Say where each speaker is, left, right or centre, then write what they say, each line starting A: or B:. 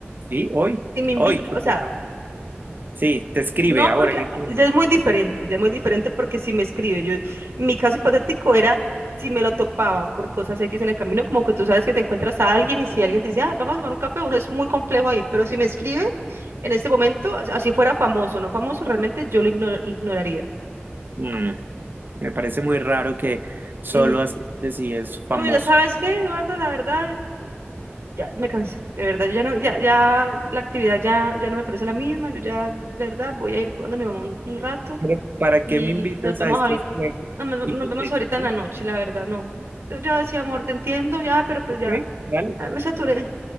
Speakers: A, on the right; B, on the right.
A: Sí, hoy,
B: si me invita,
A: hoy, supongamos.
B: o sea,
A: Sí, te escribe
B: No,
A: ahora
B: porque
A: en
B: ah,
A: este
B: ya
A: momento.
B: es muy diferente, ya es muy diferente porque si me escribe, yo, mi caso hipotético era si me lo topaba por cosas X en el camino, como que tú sabes que te encuentras a alguien y si alguien te dice, ah, vamos a tomar un café, uno es muy complejo ahí, pero si me escribe en este momento, así fuera famoso, no famoso, realmente yo lo igno- ignoraría.
A: Mm, me parece muy raro que solo
B: Mm.
A: aceptes si es famoso.
B: No, mira, ¿sabes qué, Eduardo? La verdad, ya me cansé, de verdad, yo ya no, ya, ya la actividad ya, ya no me parece la misma, yo ya, de verdad, voy a ir donde mi mamá un, un rato
A: Pero, ¿para
B: y
A: qué me invitas
B: nos vemos
A: a estos
B: ahorita,
A: juegos
B: no, me-
A: hipotéticos?
B: nos vemos ahorita en la noche, la verdad, no. Yo ya decía, amor, te entiendo ya, pero pues
A: Ok,
B: ya,
A: dale,
B: ah, me saturé.
A: dale, dale.